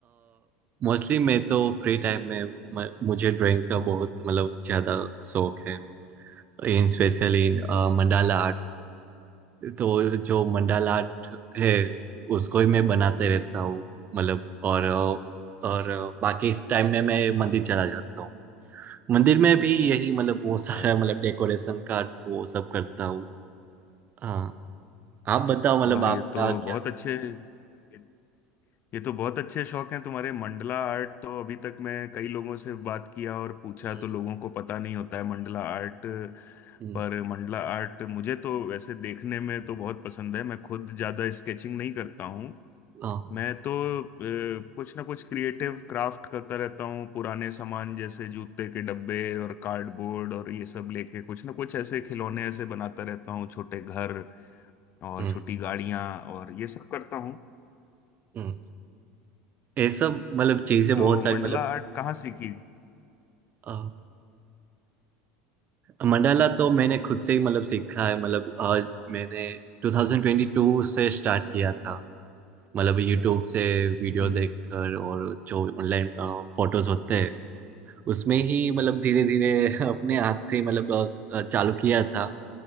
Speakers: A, on the right; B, on the left.
A: मोस्टली मैं तो फ्री टाइम में म- मुझे ड्राइंग का बहुत मतलब ज़्यादा शौक है इन स्पेशली इन मंडाला आर्ट्स तो जो मंडाला आर्ट है उसको ही मैं बनाते रहता हूँ मतलब और और बाकी इस टाइम में मैं मंदिर चला जाता हूँ मंदिर में भी यही मतलब वो सारा
B: अरे
A: मतलब डेकोरेशन का वो सब करता हूँ हाँ आप बताओ मतलब
B: वाह
A: आपका
B: ये तो
A: क्या
B: बहुत अच्छे ये ये तो बहुत अच्छे शौक हैं तुम्हारे मंडला आर्ट तो अभी तक मैं कई लोगों से बात किया और पूछा
A: हम्म,
B: तो लोगों को पता नहीं होता है मंडला आर्ट
A: हम्म,
B: पर मंडला आर्ट मुझे तो वैसे देखने में तो बहुत पसंद है मैं खुद ज़्यादा स्केचिंग नहीं करता हूँ
A: हाँ
B: मैं तो अ, कुछ ना कुछ क्रिएटिव क्राफ्ट करता रहता हूँ पुराने सामान जैसे जूते के डब्बे और कार्डबोर्ड और ये सब लेके कुछ ना कुछ ऐसे खिलौने ऐसे बनाता रहता हूँ छोटे घर और
A: हम्म,
B: छोटी
A: हम्म।
B: गाड़ियाँ और ये सब करता हूँ
A: हम्म। ये सब मतलब चीजें
B: तो
A: बहुत सारी
B: मंडला
A: मतलब
B: आर्ट कहाँ सीखी
A: अ, मंडाला तो मैंने खुद से ही मतलब सीखा है मतलब अ, मैंने 2022 से स्टार्ट किया था मतलब यूट्यूब से वीडियो
B: हम्म
A: देखकर और जो ऑनलाइन फोटोज होते हैं उसमें ही मतलब धीरे धीरे
B: हम्म
A: <laughs> अपने हाथ से मतलब अ, अ, चालू किया था